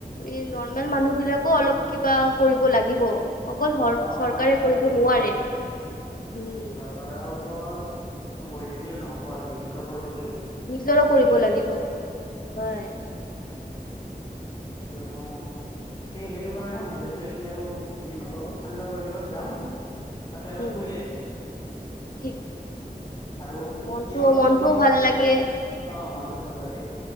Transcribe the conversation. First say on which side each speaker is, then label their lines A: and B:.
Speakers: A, on the left; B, on the left.
A: এই নৰ্মেল মানুহ বিলাকো অলপ কিবা কৰিব লাগিব। অকল হৰ
B: অ'
A: চৰকাৰে
B: নাই কৰিব লাগিব
A: নোৱাৰে,
B: কৰিব লাগিব,
A: উম,
B: চৰকাৰৰ ওপৰত বহি থাকিলে ন'হব আৰু নিজৰও কৰিব লাগিব।
A: নিজৰো কৰিব
B: সেই আৰু
A: লাগিব, হয়।
B: কিয়নো সেই সেইটো কাৰণে সুধি আছো, এতিয়া আৰু হেৰি নকৰো ঠাণ্ডাৰ ৱেদাৰত যাম। তাতে আৰু
A: উম,
B: ফুৰি আহিম।
A: ঠিক।
B: আৰু,
A: মনটো
B: কি হ'ল?
A: মনটোও
B: তুমি
A: ভাল লাগে,
B: অ' মই ভাল লাগে,